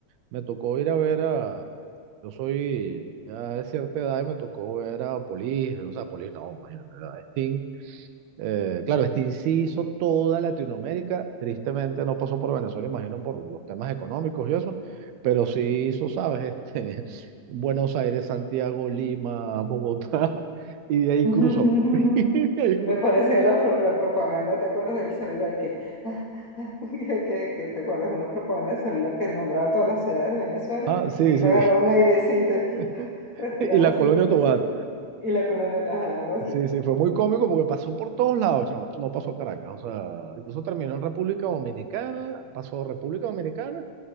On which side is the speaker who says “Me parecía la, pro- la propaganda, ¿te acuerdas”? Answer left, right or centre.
Left